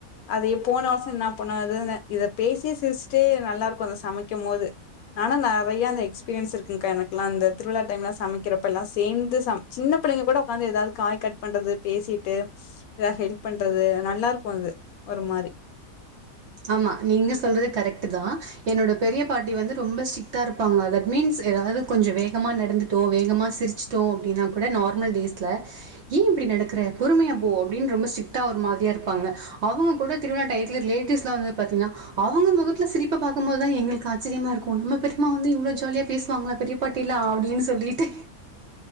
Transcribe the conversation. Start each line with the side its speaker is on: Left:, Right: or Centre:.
Left: அதைய போன வருஷ என்னா பண்ணோ அதுனு இத பேசியே சிரிச்ட்டே நல்லாருக்கு அந்த சமைக்கும் போது ஆனா நெறையா அந்த எக்ஸ்பீரியன்ஸ் இருக்குங்க்கா எனக்லா அந்த திருவிழா டைம் சமைக்கிறப்பலா சேந்து சம சின்ன பிள்ளைங்க கூட உக்காந்து ஏதாவுது காய் கட் பண்றது பேசிட்டு ஏதாது ஹெல்ப் பண்றது நல்லாருக்கு அது ஒரு மாரி
Right: ஆமா நீங்க சொல்றது கரெக்ட்டுதா என்னோட பெரிய பாட்டி வந்து ரொம்ப ஸ்ட்ரிட்டா இருப்பாங்க தட் மீன்ஸ் ஏதாவது கொஞ்ச வேகமா நடந்துட்டோ வேகமா சிரிச்சுட்டோ அப்டின்னா கூட நார்மல் டேஸ்ல ஏ இப்படி நடக்கற பொறுமையா போ அப்டின் ரொம்ப ஸ்ட்ரிட்டா ஒரு மாரியா இருப்பாங்க அவங்க கூட திருவிழா டயத்துல ரிலேட்டிவ்ஸ் வந்து பாத்திங்னா அவங்க முகத்துல சிரிப்ப பாக்கும்போதுதா எங்களுக்கு ஆச்சரியமா இருக்கு நம்ம பெரிம்மா வந்து இவ்ளோ ஜாலியா பேசுவாங்ளா பெரிய பாட்டிலா அப்டின் சொல்லிட்டு